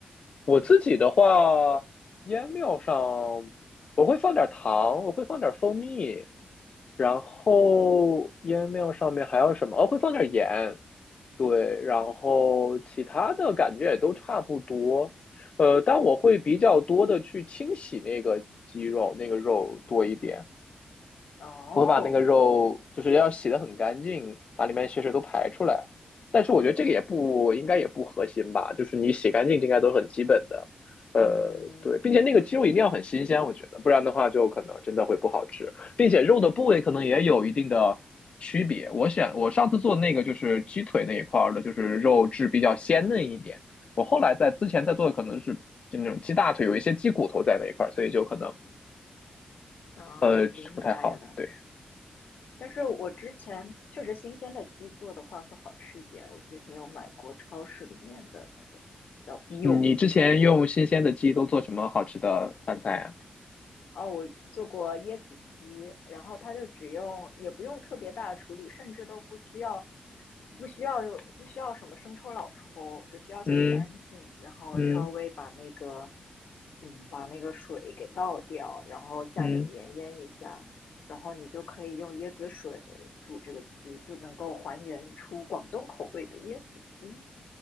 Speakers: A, on the left; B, on the left.
A: 我自己的话，腌料上我会放点糖，我会放点蜂蜜，然后腌料上面还有什么？哦，会放点盐，对，然后其他的感觉也都差不多，呃，但我会比较多的去清洗那个鸡肉，那个肉多一点，
B: 哦，
A: 我会把那个肉就是要洗得很干净，把里面的血水都排出来。但是我觉得这个也不应该也不核心吧，就是你洗干净这应该都是很基本的。呃，
B: 嗯，
A: 对，并且那个鸡肉一定要很新鲜，我觉得，不然的话就可能真的会不好吃，并且肉的部位可能也有一定的区别。我选我上次做那个就是鸡腿那一块儿的，就是肉质比较鲜嫩一点。我后来在之前在做的可能是就那种鸡大腿，有一些鸡骨头在那一块儿，所以就可能
B: 啊，
A: 呃不太好。
B: 明白了。
A: 对。
B: 但是我之前确实新鲜的鸡做的话会好吃一点。我之前有买过超市里面的那种叫 b
A: 嗯你之前用新鲜的鸡都做什么好吃的饭菜啊？
B: 有 o 鸡，哦，我做过椰子鸡，然后它就只用，也不用特别大的处理，甚至都不需要，不需要不需要什么生抽、老抽，只需要洗干净，
A: 嗯
B: 然后稍微把那个，
A: 嗯
B: 嗯，把那个水给倒掉，然后下点盐腌一下，
A: 嗯，
B: 然后你就可以用椰子水煮这个鸡，就能够还原出广东口味的椰子鸡。